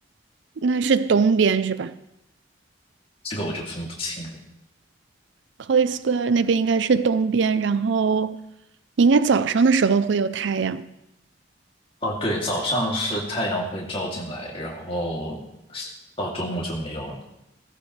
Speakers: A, on the right (about 65°); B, on the left (about 30°).
A: 那是东边是吧
B: 这个我就分不清了。
A: ？College Square 那边应该是东边，然后你应该早上的时候会有太阳。
B: 哦，对，早上是太阳会照进来，然后到中午就没有了。